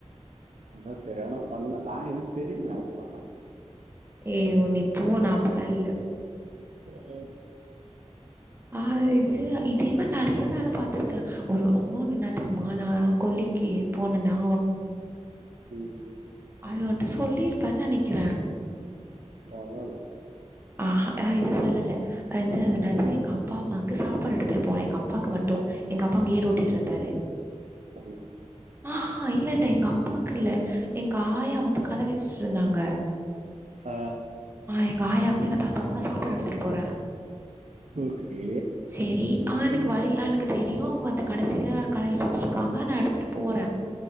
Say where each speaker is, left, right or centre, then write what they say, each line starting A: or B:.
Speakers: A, on the right (about 80°); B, on the right (about 20°).
A: அதா சரியான ஃபன் நா எனக்கு தெரியுமே அதெல்லா
B: ஏய் நீ போ நா அப்பில்லா இல்ல
A: <inaudible>
B: ஆ இது
A: ம்
B: இதே மாரி நெறைய வேல பாத்திருக்கே ஒரு ஒன்னொன்னு என்னா தெரியுமா நா கொல்லிக்கு போனனா
A: ம்
B: அது ஒன்ட்ட சொல்லிருப்ப நெனைக்கிற
A: சொல்லல
B: ஆ இத சொல்லல <unintelligible> எங்க அப்பா அம்மாக்கு சாப்பாடு எடுத்துட்டு போன எங்க அப்பாக்கு மட்டு எங்க அப்பா அங்க ஏர் ஓட்டிட்டு இருந்தாரு
A: ம்
B: ஆ ஹ இல்ல இல்ல எங்க அப்பாக்கு இல்ல எங்க ஆயா வந்து கள வச்சுட் இருந்தாங்க
A: ஹ
B: ஆ எங்க ஆயாக்கு எங்க தாத்தாக்கு நா சாப்பாடு எடுத்துட்டு போற
A: ஓகே
B: செரி ஆ எனக்கு
A: ம்
B: வழில்லா எனக்கு தெரியு அவங்க அந்த கடைசில களைவச்சுட்டு இருக்காங்க நா எடுத்துட்டு போற